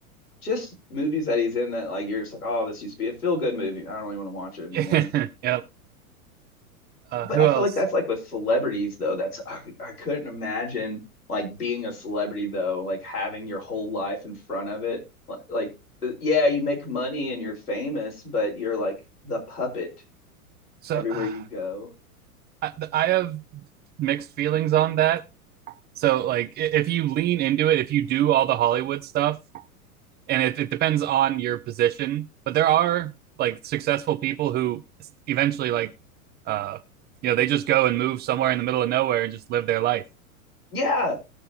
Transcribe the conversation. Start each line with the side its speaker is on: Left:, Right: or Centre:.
Left: just movies that he's in that like you're just like, oh, this used to be a feel good movie. I don't really want to watch it anymore.
Right: <laughs> yep. Uh,
Left: But
Right: who
Left: I
Right: else?
Left: feel like that's like with celebrities though. That's I, I couldn't imagine like being a celebrity though, like having your whole life in front of it. Like, uh, yeah, you make money and you're famous, but you're like the puppet
Right: So
Left: everywhere
Right: uh,
Left: you go.
Right: I, I have mixed feelings on that. So like if you lean into it, if you do all the Hollywood stuff and it, it depends on your position. But there are like successful people who eventually like, uh, you know, they just go and move somewhere in the middle of nowhere and just live their life.
Left: Yeah.